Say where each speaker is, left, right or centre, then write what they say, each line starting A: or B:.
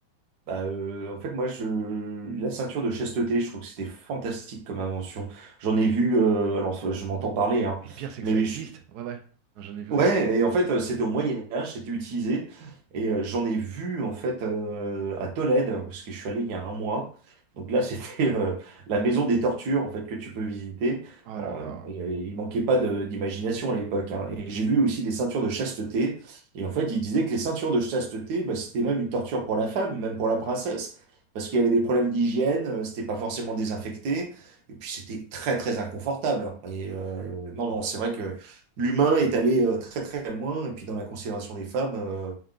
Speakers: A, on the right (about 60°); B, on the right (about 80°).
A: Bah, euh, en fait, moi, je... la ceinture de chasteté, je trouve que c'était fantastique comme invention. J'en ai vu, euh, alors je m'entends parler, hein,
B: Mais le pire, c'est
A: mais
B: que ça existe.
A: je-
B: Ouais, ouais. Non, J'en ai vu
A: Ouais,
B: aussi.
A: et en fait, euh, c'était au Moyen Âge, c'était utilisé, et euh, j'en ai vu en fait euh, à Tolède, parce que je suis allé il y a un mois. Donc là, <laughs> c'était euh, la maison des tortures en fait que tu peux visiter.
B: Oh
A: Alors,
B: là là.
A: euh, bon, il y avait- il manquait pas de- d'imagination à l'époque, hein. Et j'ai vu aussi des ceintures de chasteté. Et en fait, ils disaient que les ceintures de chasteté, bah, c'était même une torture pour la femme, même pour la princesse, parce qu'il y avait des problèmes d'hygiène, euh, c'était pas forcément désinfecté, et puis c'était très très inconfortable. hein. Et euh, non, non, c'est vrai que L'humain est allé euh, très très loin, et puis dans la considération des femmes, euh,